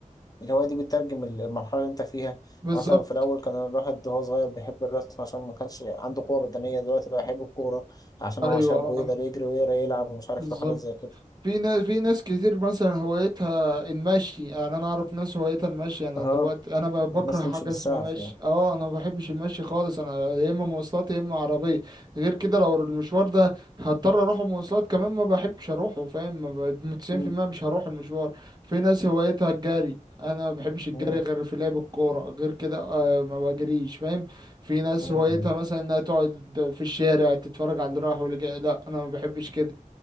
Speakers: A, on the left (about 30°); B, on the right (about 30°).
A: الهواية دي بتترجم المرحلة اللي أنت فيها يعني
B: بالظبط
A: مثلا في الأول كان الواحد وهو صغير بيحب الرسم عشان ما كانش عنده قوة بدنية دلوقتي بقى يحب الكورة عشان
B: ايوه
A: هو شاب
B: اه
A: ويقدر يجري ويقدر يلعب ومش عارف
B: بالظبط
A: إيه وحاجات زي كده
B: في ناس في ناس كتير مثلا هوايتها المشي يعني انا اعرف ناس هوايتها المشي انا
A: أها
B: دلوقتي انا ب- بكره
A: الناس
B: حاجه
A: تمشي بالساعة
B: اسمها
A: في
B: مشي
A: اليوم
B: اه انا ما بحبش المشي خالص انا يا اما مواصلات يا اما عربيه غير كده لو المشوار ده هضطر اروح مواصلات كمان ما بحبش اروحه فاهم ما ب- 90%
A: <laughs> مم،
B: مش هروح المشوار في ناس هوايتها الجري انا ما بحبش الجري
A: مم،
B: غير في لعب الكوره غير كده آه ما بجريش فاهم في ناس
A: مم،
B: هوايتها مثلا انها تقعد في الشارع تتفرج على اللي راح واللي جاي لا انا ما بحبش كده